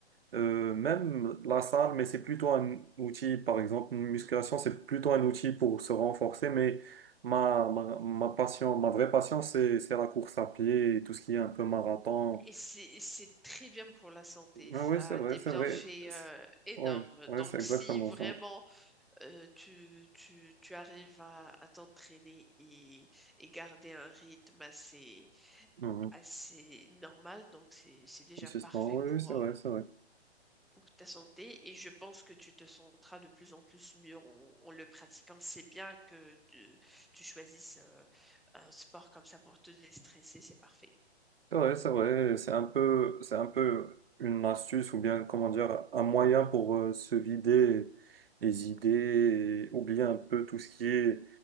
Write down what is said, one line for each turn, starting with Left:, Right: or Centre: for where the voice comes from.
Right: euh, même la salle, mais c'est plutôt un outil, par exemple, une musculation, c'est plutôt un outil pour se renforcer, mais ma, ma, ma passion, ma vraie passion, c'est, c'est la course à pied et tout ce qui est un peu marathon.
Centre: Et c'est, c'est très bien pour la santé,
Right: Ah
Centre: ça
Right: Oui, c'est
Centre: a
Right: vrai,
Centre: des
Right: c'est
Centre: bienfaits
Right: vrai. Oui,
Centre: euh,
Right: c'est
Centre: énormes.
Right: ouais, ouais,
Centre: Donc
Right: c'est exactement
Centre: si vraiment
Right: ça.
Centre: euh, tu, tu, tu arrives à, à t'entraîner et, et garder un rythme assez,
Right: Mhm.
Centre: assez normal, donc c'est, c'est déjà
Right: Consistant,
Centre: parfait
Right: oui,
Centre: pour,
Right: oui, c'est vrai,
Centre: euh,
Right: c'est vrai.
Centre: pour ta santé et je pense que tu te sentiras de plus en plus mieux en, en le pratiquant. C'est bien que tu, tu choisisses euh, un sport comme ça pour te déstresser, c'est parfait.
Right: C'est vrai, c'est vrai, c'est un peu, c'est un peu une astuce ou bien, comment dire, un moyen pour euh, se vider les idées et oublier un peu tout ce qui est